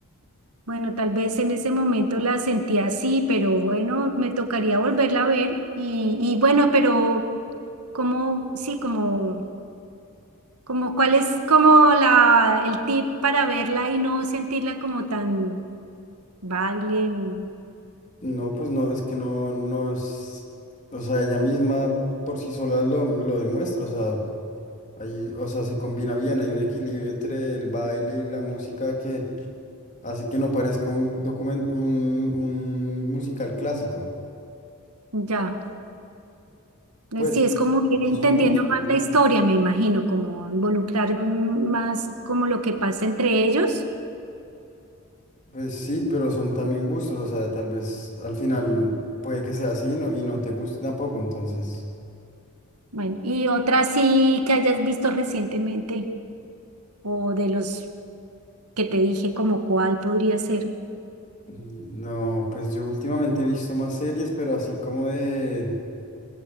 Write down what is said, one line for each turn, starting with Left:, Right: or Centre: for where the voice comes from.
Right: Bueno, tal vez en ese momento la sentí así, pero bueno, me tocaría volverla a ver. Y, y bueno, pero como, sí, como, como cuál es como la, el tip para verla y no sentirla como tan baile, mm,
Left: No, pues no, es que no, no es, o sea, ella misma por sí sola lo, lo demuestra, o sea, ahí, o sea, se combina bien, hay un equilibrio entre el baile y la música que hace que no parezca un documento, un, un musical clásico.
Right: ya. Eh,
Left: Pues,
Right: Sí, es como
Left: también
Right: ir entendiendo
Left: son gustos,
Right: más
Left: ¿no?
Right: la historia, me imagino, como involucrar mm, más como lo que pasa entre ellos.
Left: Pues sí, pero son también gustos, o sea, tal vez al final puede que sea así no, y no te guste tampoco, entonces.
Right: Bueno, y otra sí que hayas visto recientemente o de los que te dije, como cuál podría ser.
Left: mm, No, pues yo últimamente he visto más series, pero así como de